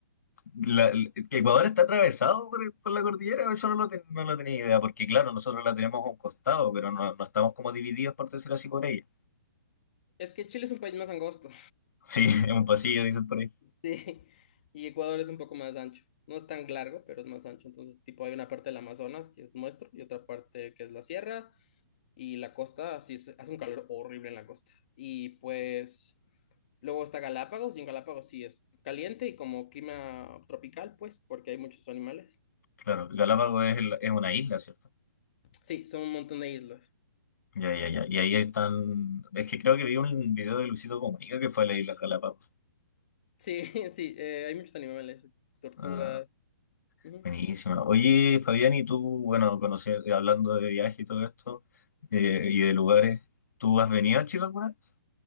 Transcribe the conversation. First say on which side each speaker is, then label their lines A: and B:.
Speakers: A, on the left; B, on the left.
A: la- el- Ecuador está atravesado por, el- por la cordillera, eso no lo, ten- no lo tenía idea, porque claro, nosotros la tenemos a un costado, pero no, no estamos como divididos, por decirlo así, por ella.
B: Es que Chile es un país más angosto,
A: Sí, <laughs> es un pasillo, dicen por ahí.
B: <laughs> sí, y Ecuador es un poco más ancho. No es tan largo, pero es más ancho. Entonces, tipo, hay una parte del Amazonas que es nuestro y otra parte que es la sierra y la costa, sí, se- hace un calor horrible en la costa. Y pues, luego está Galápagos y en Galápagos sí es caliente y como clima tropical, pues, porque hay muchos animales.
A: Claro, Galápagos es, el- es una isla, ¿cierto?
B: Sí, son un montón de islas.
A: Ya, ya, ya. Y ahí están. Es que creo que vi un video de Luisito Comunica que fue a la isla Galápagos.
B: Sí, <laughs> sí, eh, hay muchos animales, tortugas.
A: Ah,
B: Ujú.
A: buenísima. Oye, Fabián, y tú, bueno, conocer, hablando de viaje y todo esto, eh, y de lugares, ¿tú has venido a Chile alguna vez?